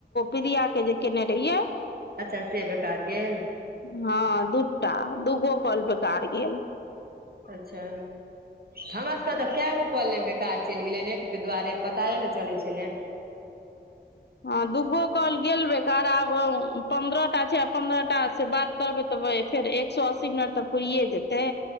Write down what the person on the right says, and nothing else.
अच्छा से बेकार गेल अर्गेन
अच्छा हमरा सबके तऽ क गो कॉल नहि बेकार चलि गेलै नेट के दुआरे पताए ने चलै छलै